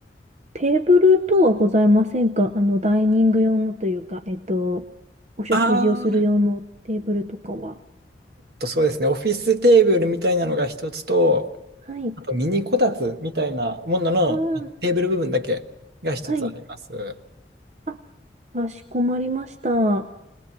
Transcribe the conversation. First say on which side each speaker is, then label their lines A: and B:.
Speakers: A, on the right; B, on the right.
A: テーブル等はございませんかあの、ダイニング用のというか、えっと、お食事をする用のテーブルとかは。
B: あと、そうですね、オフィステーブルみたいなのが一つと、
A: はい、
B: あとミニこたつみたいなもののテーブル部分だけが一つあります。
A: うん、はい。あ、かしこまりました。